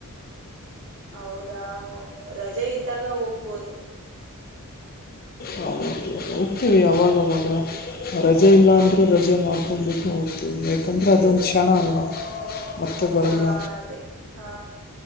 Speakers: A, on the right; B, on the left.
A: ಹೌದಾ ರಜೆ ಇದ್ದಾಗ ಹೋಗಬಹುದು
B: ಹೌದು ಹೋಗ್ತೀವಿ ಅವಾಗ ರಜೆ ಇಲ್ಲ ಅಂದ್ರೆ ರಜೆ ಮಾಡು ಹೋಗ್ತಿವಿ ಅಂದರೆ ಅದೊಂದು ಕ್ಷಣ ಅಲ್ವಾ ಮತ್ತೆ ಬರಲ್ಲ
A: ಹಾದೆ ಹಾ